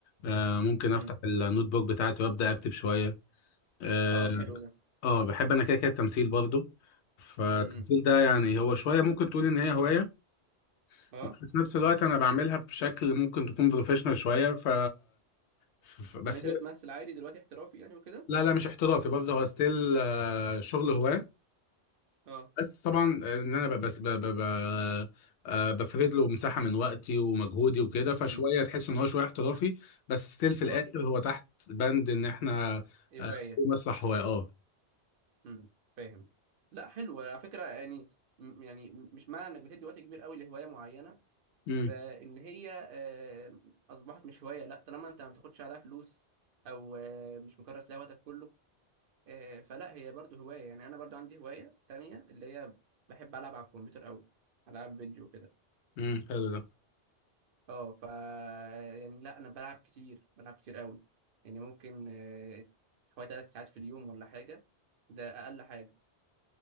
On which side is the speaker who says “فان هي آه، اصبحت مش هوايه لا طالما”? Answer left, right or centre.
Right